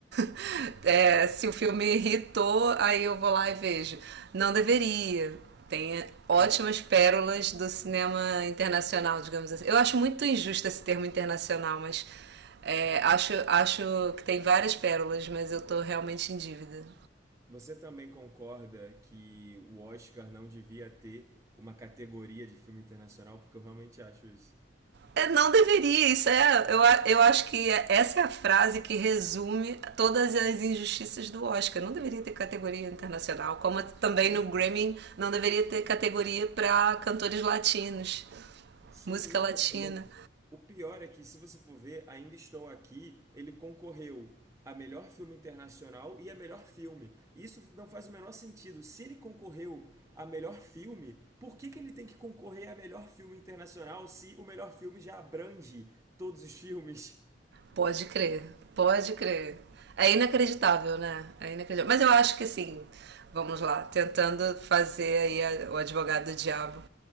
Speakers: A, on the right; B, on the right.
A: <laughs> é, se o filme irritou, aí eu vou lá e vejo. Não deveria. Tem ótimas
B: Mas
A: pérolas do cinema internacional, digamos assim. Eu acho muito injusto esse termo internacional, mas é, acho, acho que tem várias pérolas, mas eu tô realmente em dívida.
B: você também concorda que o Oscar não devia ter uma categoria de filme internacional, porque eu realmente acho isso.
A: É, Não deveria, isso é. Eu, eu acho que é, essa é a frase que resume todas as injustiças do Oscar. Não deveria ter categoria internacional, como também
B: Na-
A: no Grammy não deveria ter categoria para cantores latinos,
B: Sim,
A: música
B: não,
A: latina.
B: eu não. O pior é que, se você for ver, Ainda Estou Aqui, ele concorreu a melhor filme internacional e a melhor filme. Isso não faz o menor sentido. Se ele concorreu a melhor filme, por que que ele tem que concorrer a melhor filme internacional se o melhor filme já abrange todos os filmes?
A: Pode crer, pode crer. É inacreditável, né? É inacreditável. Mas eu acho que assim, vamos lá, tentando fazer aí a- o advogado do diabo.